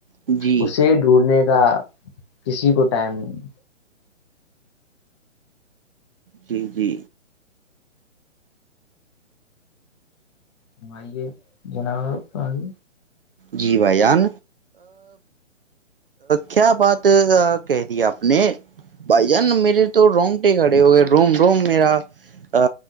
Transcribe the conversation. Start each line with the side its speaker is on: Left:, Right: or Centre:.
Right: جی
Left: اسے ڈھونڈنے کا کسی کو ٹائم نہیں
Right: جی جی
Left: ہمئی یہ جناور کای
Right: جی بھائی جان کیا بات کہہ دی آپ نے بھائی جان میرے تو رونگٹے کھڑے ہو گئے روم روم میرا ا